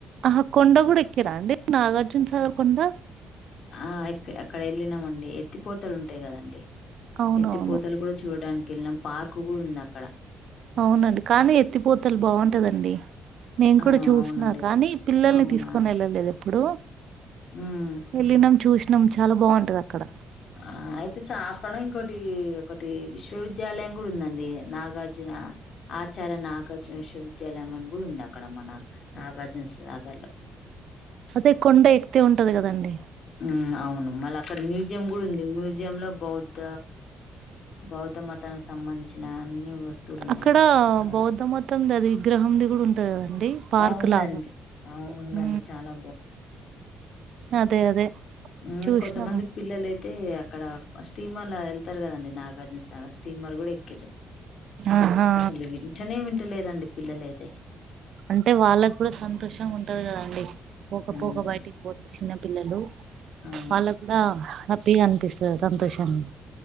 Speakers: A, on the right (about 65°); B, on the left (about 60°).
A: ఆహా కొండ కూడ ఎక్కిరా అండి నాగార్జున సాగర్ కొండ
B: ఆ ఇక్ అక్కడ వెళ్ళినామండి ఎత్తిపోతలు ఉంటయ్ కదండి
A: అవునవును
B: ఎత్తిపోతలు కూడ చూడ్డానికి కెళ్ళినం పార్కు కూడ ఉంద అక్కడ
A: అవునండి కానీ ఎత్తిపోతల్ బాంటదండి నేన్
B: ఆ
A: కూడ చూస్న
B: అవునండి
A: కానీ
B: చ
A: పిల్లల్ని
B: అవునా
A: తీసుకొని వెళ్ళలేదు ఎప్ ఇప్పుడు
B: ఉమ్
A: వెళ్ళినాం చూష్ నం చాల బాంటది అక్కడ
B: ఆ అయితె చాప ఇంకోటీ ఒకటి విశ్వవిద్యాలయం కూడ ఉందండి. నాగార్జున ఆచార్య నాగార్జున విశ్వవిద్యాలయం అని కూడ ఉంది. అక్కడ మన నాగార్జునసాగర్
A: ఇ కొండ ఎక్కితే ఉంటది కదండి.
B: ఉమ్ అవు మల్ల అక్కడ మ్యూజియం కూడా ఉం మ్యూజ్ జ్యంలో బౌద్ధ బౌద్ధ మతానికి సంబంధించిన వస్తువులు ఉన్నాయ
A: అక్కడ
B: అన్నమాట చాలా
A: బౌద్ధ మతంది అది విగ్రహంది కూడా ఉంటది కదండి పార్క్
B: ఆ ఉందండి
A: లాగా.
B: అవును ఉందండి
A: ఊ
B: చాలా
A: అదే అదే
B: ఊ
A: చూసినాం.
B: కొంతమంది పిల్లలయి అయితే అక్కడ స్టీమర్ లా వెళ్తారు కదండి. నాగార్జున సాగర్ స్టీమర్ కూడా ఎక్కిరు.
A: ఆహా!
B: అసలే వింటనే విన్ పట్టలేరండి పిల్లలైతే
A: అంటే వాళ్ళకి కూడా సంతోషం ఉంటది కదండి. పోకపోక
B: ఉమ్
A: బయటికి పో చిన్న పిల్లలు
B: అవును
A: వాళ్ళకుందాహ హ్యాపీగా అనిపిస్తది సంతోషాన్ని